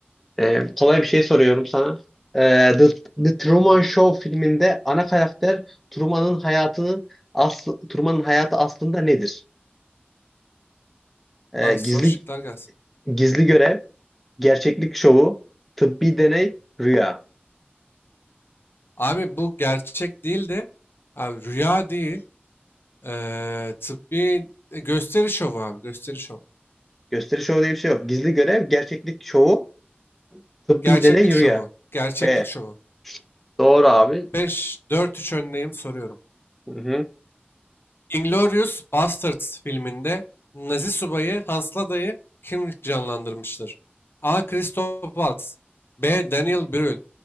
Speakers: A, in the centre; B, on the left.
A: Ee, kolay bir şey soruyorum sana. Ee, The, The Truman Show filminde ana karakter Truman'ın hayatını asl Truman'ın hayatı aslında nedir? Ee,
B: Al,
A: gizli
B: son şıklar gelsin.
A: gizli görev, gerçeklik şovu, tıbbi deney, rüya.
B: Abi bu gerçek değil de abi rüya değil. Eee tıbbi e, gösteri şovu abi gösteri şovu.
A: Gösteri şovu diye bir şey yok. Gizli görev, gerçeklik şovu, tıbbi
B: Gerçeklik
A: deney
B: şovu.
A: rüya.
B: Gerçeklik
A: B.
B: şovu.
A: Doğru abi.
B: beş dört üç öndeyim soruyorum.
A: Hı hı.
B: Inglourious Basterds filminde Nazi subayı Hans Lada'yı kim canlandırmıştır? A. Christoph Waltz B. Daniel Brühl